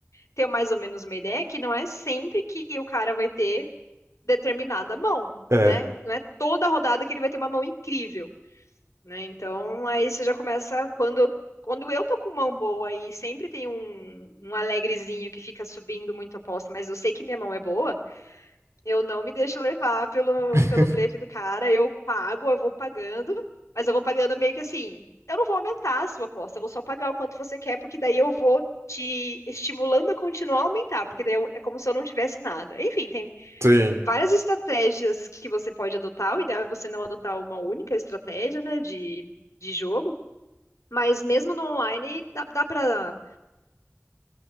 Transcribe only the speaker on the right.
é,
<laughs>
sim,